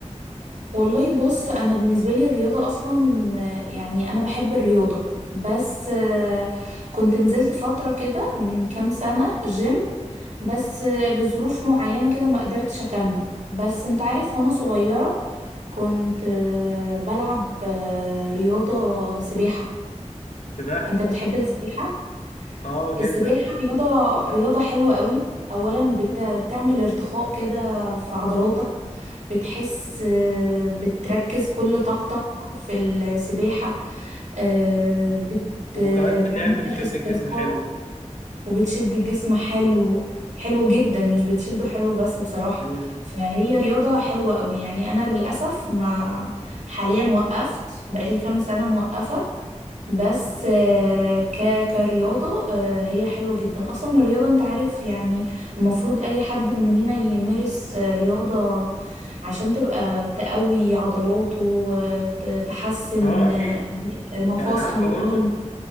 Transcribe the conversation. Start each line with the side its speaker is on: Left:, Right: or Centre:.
Right: والله بص انا بالنسبة لي الرياضة اصلا آه، يعني انا بحب الرياضة بس آه، كنت نزلت فترة كده من كام سنة جيم بس آه، لظروف معينة كده ما قدرتش اكمل بس انت عارف وانا صغيرة كنت آه، بلعب آه، رياضة سباحة
Left: سباحه
Right: انت بتحب السباحة
Left: اه
Right: السباحة
Left: جدا
Right: رياضة رياضة حلوة قوي اولا بت... بتعمل ارتخاء كده في عضلاتك بتحس آه، بتركز كل طاقتك في السباحة آه، بت-
Left: وكمان
Right: بتعمل
Left: بتعمل
Right: لك
Left: شيب
Right: استرخاء
Left: للجسم حلو
Right: وبتشد الجسم حلو حلو جدا مش بتشده حلو بس بصراحة
Left: امم
Right: فهي رياضة حلوة قوي يعني انا للأسف ما حاليا وقفت بقالي كام سنة موقفة بس آه، ك كرياضة آه، هي حلوة جدا أصلا الرياضة أنت عارف يعني المفروض أي حد مننا يمارس آه، رياضة عشان تبقى تقوي عضلاته وتحسن
Left: اه اكيد
Right: مفاصله
Left: يعني عارفه برضو
Right: اه